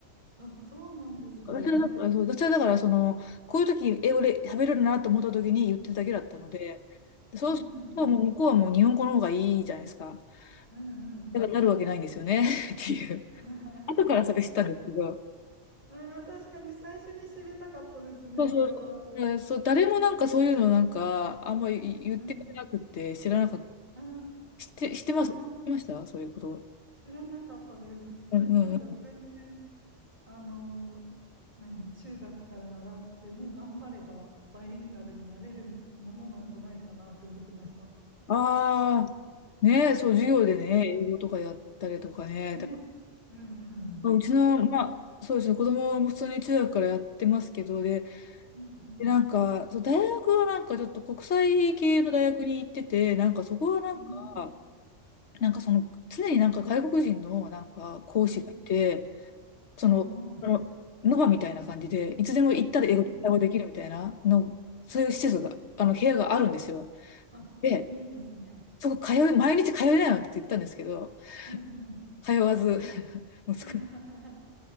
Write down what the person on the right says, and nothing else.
あ、そうなんですね。
うんうんうん。うんうんうん。
<laughs>
ああ、確かに最初に知りたかったですね、
それは。
うん。
あ
あ、ああ、知らなかったです。
なんか全然。あの、何中学から習ってもう頑張ればバイリンガルになれるものなんじゃないかなって思ってました。
うん
ねすうんうん。
そう、
うんうん。
うんうん。
うん
あ
あ、はいはい。
あ、
いいですね。
うんうん。
<laughs>